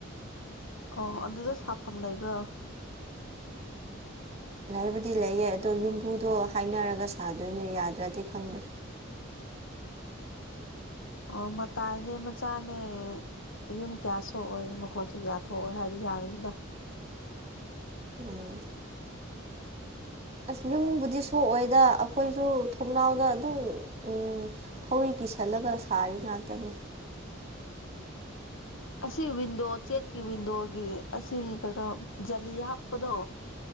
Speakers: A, on the left; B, on the right.
A: ꯑꯣ ꯑꯗꯨꯗ ꯁꯥꯐꯝ ꯂꯩꯕ꯭ꯔꯣ
B: ꯂꯩꯕꯨꯗꯤ ꯂꯩꯌꯦ ꯑꯗꯣ ꯌꯨꯝꯕꯨꯗꯣ ꯍꯥꯏꯅꯔꯒ ꯁꯥꯗꯣꯏꯅꯦ ꯌꯥꯗ꯭ꯔꯗꯤ ꯈꯪꯗꯦ
A: ꯑꯣ ꯃꯇꯥꯏꯅꯦ ꯃꯆꯥꯅꯦ‌ ꯌꯨꯝ ꯀꯌꯥ ꯁꯣꯛꯑꯣꯏ ꯃꯈꯣꯟꯁꯨ ꯀꯌꯥ ꯊꯣꯛꯑꯣꯏ ꯍꯥꯏꯔꯗꯤ ꯌꯥꯒꯅꯤꯗ
B: ꯎꯝ ꯑꯁ ꯌꯨꯝꯕꯨꯗꯤ ꯁꯣꯛꯑꯣꯏꯗ ꯑꯩꯈꯣꯏꯁꯨ ꯊꯣꯡꯅꯥꯎꯗ ꯑꯗꯨꯝ ꯎꯝ ꯊꯧꯔꯤ ꯀꯤꯁꯜꯂꯒ ꯁꯥꯔꯤ ꯉꯥꯛꯇꯅꯤ
A: ꯑꯁꯤ ꯋꯤꯟꯗꯣ ꯆꯦꯛꯀꯤ ꯋꯤꯟꯗꯣꯒꯤ ꯑꯁꯤ ꯀꯩꯅꯣ ꯖꯂꯤ ꯍꯥꯞꯄꯗꯣ